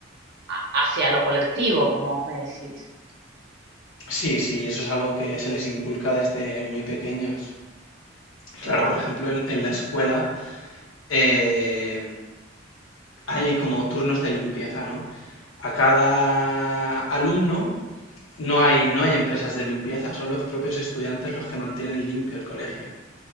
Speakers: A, on the right; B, on the left.
A: a- hacia lo colectivo, como vos me decís.
B: Sí, sí, eso es algo que se les inculca desde muy pequeños. Claro,
A: Wow,
B: por ejemplo, en, en la escuela eh, hay como turnos de limpieza, ¿no? A cada alumno no hay, no hay empresas de limpieza, son los propios estudiantes los que mantienen limpio el colegio.